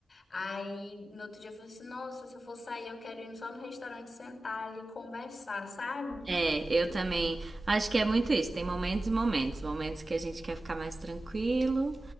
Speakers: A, on the left; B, on the right.
A: Aí no outro dia eu falei assim, nossa, se eu for sair, eu quero ir só no restaurante sentar ali e conversar, sabe?
B: É, eu também acho que é muito isso. Tem momentos e momentos. Momentos que a gente quer ficar mais tranquilo,